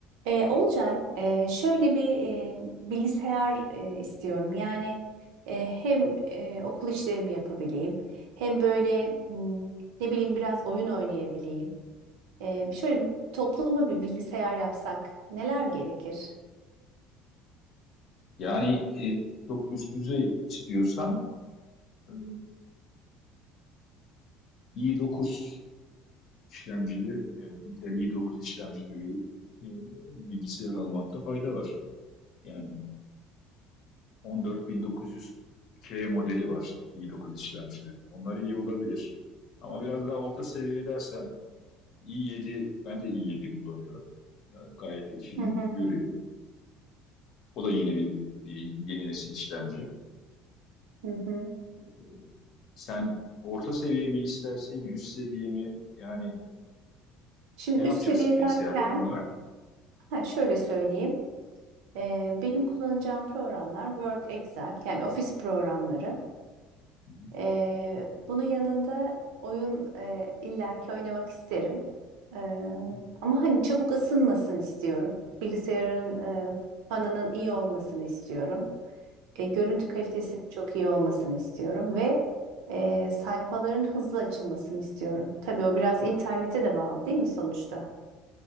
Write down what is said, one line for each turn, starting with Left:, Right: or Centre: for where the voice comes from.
Right: E, Olcay, e, şöyle bir e, bilgisayar e, istiyorum. Yani e, hem e, okul işlerimi yapabileyim, hem böyle m, ne bileyim biraz oyun oynayabileyim. E, şöyle toplama bir bilgisayar yapsak neler gerekir?
Left: Yani e, çok üst düzey istiyorsan e, i9 işlemcili, e, Intel i9 işlemcili bir e, bilgisayar almakta fayda var. Yani 14900K modeli var i9 işlemcilerin. Onlar iyi olabilir. Ama biraz daha orta seviye dersen i7, ben de i7 kullanıyorum. E, gayet de işini
Right: Hı hı
Left: görüyor. O da yeni bir e, yeni nesil işlemci.
Right: hı hı.
Left: Ee, Sen orta seviye mi istersin, üst seviye mi? Yani
Right: Şimdi
Left: ne yapacaksın
Right: üst seviye
Left: bilgisayarda
Right: derken
Left: tam olarak?
Right: ha, şöyle söyleyeyim. E, benim kullanacağım programlar Word, Excel yani ofis programları.
Left: Hı hı,
Right: Ee, bunun yanında oyun e, illaki oynamak isterim. Ee,
Left: hı hı,
Right: ama hani çabuk ısınmasını istiyorum. Bilgisayarın
Left: hı hı,
Right: e, fanının iyi olmasını istiyorum. E, görüntü
Left: hı hı.
Right: kalitesinin çok iyi olmasını istiyorum ve e, sayfaların hızlı açılmasını istiyorum. Tabii o biraz internete de bağlı değil mi sonuçta?